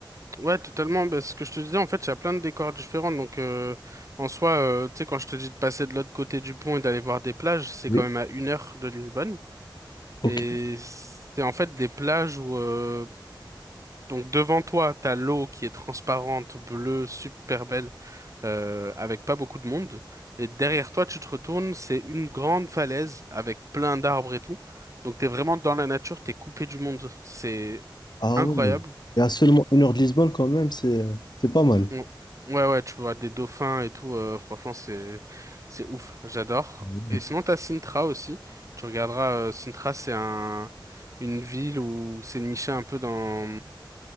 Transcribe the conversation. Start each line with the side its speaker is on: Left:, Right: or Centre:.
Right: Ouais, totalement. Bah, ce que je te disais, en fait, il y a plein de décors différents. Donc, euh, en soi, euh, tu sais, quand je te dis de passer de l'autre côté du pont et d'aller voir des plages, c'est
Left: Oui.
Right: quand même à une heure de Lisbonne.
Left: Ok.
Right: Et c'est en fait des plages où euh, Donc devant toi, t'as l'eau qui est transparente, bleue, super belle, euh, avec pas beaucoup de monde. Et derrière toi, tu te retournes, c'est une grande falaise avec plein d'arbres et tout. Donc t'es vraiment dans la nature, t'es coupé du monde. C'est
Left: Ah
Right: incroyable.
Left: ouais. Et à seulement une heure de Lisbonne quand même, c'est, c'est pas mal.
Right: On- Ouais, ouais, tu vois des dauphins et tout. euh, franchement, c'est c'est ouf. J'adore.
Left: Ouais.
Right: Et sinon, t'as Sintra aussi. Tu regarderas. euh, Sintra, c'est un une ville où c'est niché un peu dans